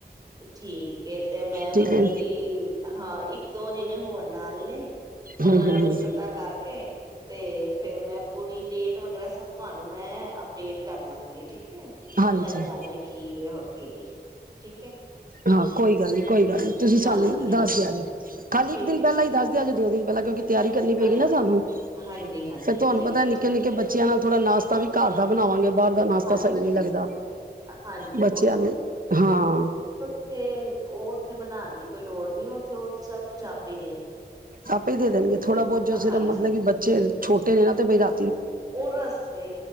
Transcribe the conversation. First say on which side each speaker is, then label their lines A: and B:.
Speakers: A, on the right; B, on the right.
A: ਠੀਕ ਤੇ ਮੈਂ ਮਤਲਬ
B: ਠੀਕ ਹੈ
A: ਕਿ ਹਾਂ ਇੱਕ ਦੋ ਜਿਨੇ ਹੋਣ। ਨਾਲ ਨੇ, ਉਹਨਾਂ
B: ਹਮ
A: ਨੂੰ
B: ਹਮ
A: ਵੀ
B: ਹਮ
A: ਪਤਾ ਕਰਕੇ ਤੇ ਫੇਰ ਮੈਂ ਪੂਰੀ ਡੇਟ ਵਗੈਰਾ ਸਭ ਤੁਹਾਨੂੰ ਨੂੰ ਮੈਂ ਡੇਟ ਕਰ ਦਾਂ ਗੀ ਠੀਕ ਹੈ ਕਿ
B: ਹਾਂਜੀ
A: ਕ ਜਾਣਾ ਹੈ ਕੀ ਹੋਰ ਕੀ ਕਿਵੇਂ ਠੀਕ ਹੈ
B: ਹਾਂ ਕੋਈ ਗੱਲ ਨਹੀਂ ਕੋਈ ਗੱਲ ਨਹੀਂ ਤੁਸੀਂ ਸਾਨੂੰ
A: ਹਾਂਜੀ
B: ਦੱਸ
A: ਹਾਂਜੀ
B: ਦਜੇ ਖਾਲੀ
A: ਠੀਕ
B: ਇੱਕ ਦਿਨ
A: ਹੈ
B: ਪਹਿਲਾਂ
A: ਠੀਕ
B: ਹੀ
A: ਹੈ
B: ਦੱਸਦੇ ਆਜੇ ਦੋ ਦਿਨ ਬਲੱਗ ਤਿਆਰੀ ਕਰਨੀ ਪਏਗੀ
A: ਹਾਂਜੀ
B: ਨਾ ਸਾਨੂੰ
A: ਹਾਂਜੀ ਹਾਂਜੀ
B: ਫਿਰ ਤੁਹਾਨੂੰ
A: ਠੀਕ
B: ਪਤਾ
A: ਹੈ
B: ਨਿੱਕੇ
A: ਠੀਕ
B: ਨਿੱਕੇ
A: ਹੈ
B: ਬੱਚਿਆਂ ਨਾਲ ਥੋੜਾ ਨਾਸ਼ਤਾ ਵੀ ਘਰ ਦਾ ਬਣਾਵਾਂਗੇ ਬਾਹਰ ਦਾ ਨਾਸ਼ਤਾ
A: ਹਾਂਜੀ
B: ਸਹੀ ਨੀ ਲੱਗਦਾ
A: ਹਾਂਜੀ
B: ਬੱਚਿਆਂ ਨੂੰ ਹਾਂ
A: ਤੇ ਉਹ ਉੱਥੇ ਬਣਾਉਣ ਦੀ ਕੋਈ ਲੋੜ ਨਹੀਂ ਉੱਥੇ ਉਹ ਸਬ ਕੁੱਝ ਆਪੇ ਹੀ ਦੇਣਗੇ
B: ਆਪੇ ਹੀ ਦੇ ਦੇਣਗੇ ਥੋੜਾ ਬਹੁਤ ਜੋ ਸਿਰਫ
A: ਹਾਂਜੀ
B: ਮਤਲਬ ਕਿ ਬੱਚੇ ਛੋਟੇ ਨੇ ਨਾ ਤੇ ਬਈ ਰਾ
A: ਉਹ ਰਸਤੇ